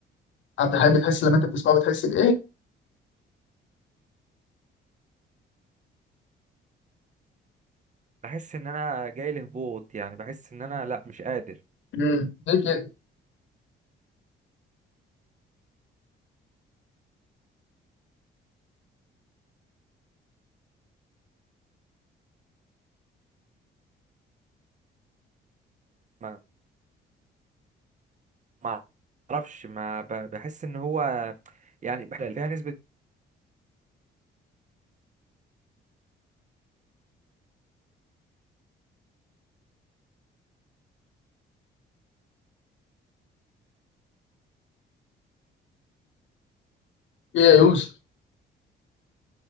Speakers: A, on the left (about 70°); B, on the right (about 40°).
A: عبد الحليم بتحس لما انت بتسمعه بتحس بايه؟
B: بحس ان انا جاي لهبوط يعني بحس ان انا لا مش قادر
A: امم ليه كده؟
B: ما ما اعرفش ما ب- بحس ان هو يعني بح- فيها نسبة
A: ايه يا يوسف؟